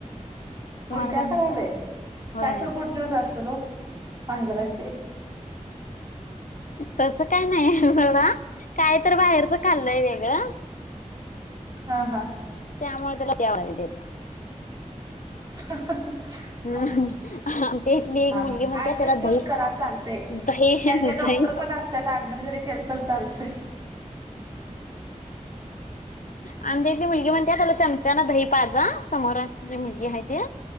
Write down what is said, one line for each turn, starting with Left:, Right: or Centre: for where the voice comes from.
Left: तुम्हाला
Right: उलट्या
Left: काय
Right: करायले
Left: माहित आहे होय
Right: काय तर गुड न्यूज असेल ओ मांजराची
Left: तस काय नाही काय तर बाहेरचं खाल्लंय वेगळं
Right: हा हा
Left: त्यामुळे त्याला दवा देत
Right: ह हा
Left: हम्म
Right: हा
Left: आमच्या इथली एक
Right: हा
Left: मुलगी
Right: ह
Left: म्हणते
Right: ऍडमिट
Left: त्याला दही
Right: घऊन करा चालते
Left: दही
Right: त्यांचे डॉक्टर
Left: दही
Right: पण असतात ऍडमिट जरी केलं तर चालते
Left: आणिली मुलगी म्हणतेला चमचा ना दही पाजा समोर मुलगी आहे